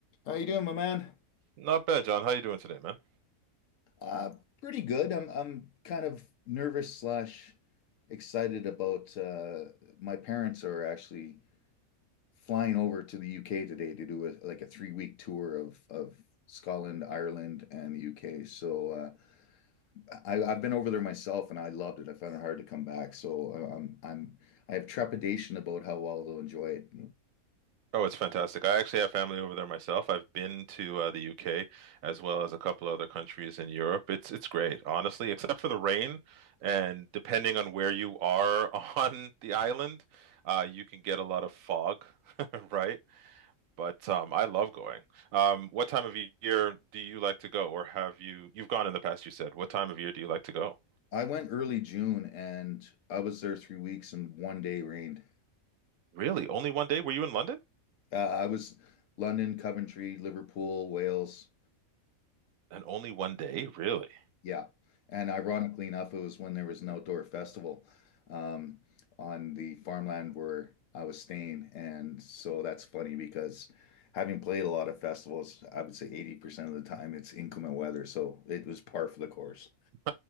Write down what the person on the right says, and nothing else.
Not bad, John. How you doing today, man?
Oh, it's fantastic. I actually have family over there myself. I've been to uh, the UK as well as a couple other countries in Europe. It's it's great, honestly, except for the rain. And depending on where you are <laughs> on the island, uh, you can get a lot of fog, <laughs> right? But um, I love going. Um, what time of year do you like to go, or have you you've gone in the past, you said. What time of year do you like to go?
Really? Only one day? Were you in London?
And only one day? Really?
<laughs>